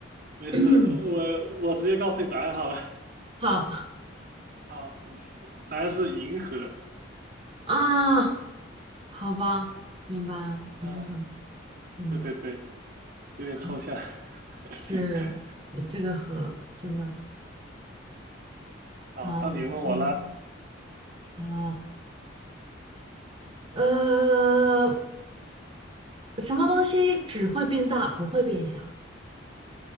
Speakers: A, on the right (about 45°); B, on the right (about 25°).
A: 没事，
B: <coughs>
A: 我我直接告诉你答案好了。
B: <clears throat> 好
A: 好，是答案是银河。
B: 啊，好吧，明白了，
A: 嗯，
B: 平衡，对，
A: 对对对，有点抽象。
B: 好，
A: <laughs>
B: 是是这个和真的
A: 好，
B: 好，
A: 到你问我了，
B: 嗯，好，呃，什么东西只会变大不会变小